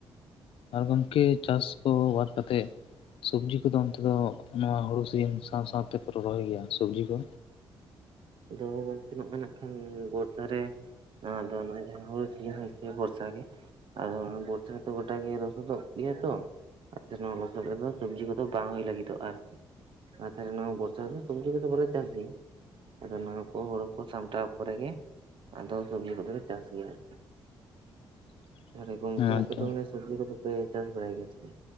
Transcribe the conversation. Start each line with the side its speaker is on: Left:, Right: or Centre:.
Left: ᱟᱨ ᱜᱚᱢᱠᱮ ᱪᱟᱥ ᱠᱚ ᱵᱟᱫ ᱠᱟᱛᱮᱫ ᱥᱚᱵᱽᱡᱤ ᱠᱚᱫᱚ ᱚᱱᱛᱮ ᱫᱚ ᱱᱚᱣᱟ ᱦᱩᱲᱩ ᱥᱤᱡᱤᱱ ᱥᱟᱶ ᱥᱟᱶ ᱛᱮᱯᱮ ᱨᱚᱦᱚᱭ ᱜᱮᱭᱟ ᱥᱚᱵᱽᱡᱤ ᱠᱚ?
Right: ᱟᱫᱚ ᱜᱚᱝᱠᱮ ᱱᱚᱜ-ᱚᱭ ᱱᱟᱜ ᱠᱷᱟᱱ ᱜᱚᱴ ᱫᱷᱟᱨᱮ ᱟᱫᱚ ᱚᱱᱟ ᱡᱟᱦᱟᱸ <unintelligible> ᱥᱮ ᱵᱚᱨᱥᱟ ᱜᱮ, ᱟᱫᱚ ᱵᱚᱨᱥᱟ ᱨᱮᱛᱚ ᱜᱚᱴᱟ ᱜᱮ ᱨᱚᱥᱩᱫᱚᱜ ᱜᱮᱭᱟ ᱛᱚ᱾ ᱟᱪᱪᱷᱟ ᱱᱚᱣᱟ ᱞᱚᱥᱚᱫ ᱨᱮᱫᱚ ᱥᱚᱵᱽᱡᱤ ᱠᱚᱫᱚ ᱵᱟᱝ ᱦᱩᱭ ᱞᱟᱹᱜᱤᱫᱼᱟ ᱟᱨᱠᱤ᱾ ᱟᱨ ᱛᱟᱦᱚᱞᱮ ᱱᱚᱣᱟ ᱵᱚᱨᱥᱟ ᱨᱮᱫᱚ ᱥᱚᱵᱽᱡᱤ ᱠᱚᱫᱚ ᱵᱟᱞᱮ ᱪᱟᱥ ᱜᱮᱭᱟ᱾ ᱟᱫᱚ ᱱᱚᱣᱟ ᱠᱚ ᱦᱩᱲᱩ ᱠᱚ ᱥᱟᱢᱴᱟᱣ ᱯᱚᱨᱮ ᱜᱮ ᱟᱫᱚ ᱥᱚᱵᱽᱡᱤ ᱠᱚᱫᱚ ᱞᱮ ᱪᱟᱥ ᱜᱮᱭᱟ ᱟᱨᱠᱤ᱾
Left: <unintelligible>
Right: ᱛᱟᱦᱚᱞᱮ ᱜᱚᱝᱠᱮ
Left: ᱦᱮᱸ ᱟᱪᱪᱷᱟ
Right: ᱟᱯᱮ ᱫᱚ ᱢᱟᱱᱮ ᱥᱚᱵᱽᱡᱤ ᱠᱚᱫᱚ ᱯᱮ ᱪᱟᱥ ᱵᱟᱲᱟᱭ ᱜᱮᱭᱟ ᱥᱮ ᱪᱮᱫ?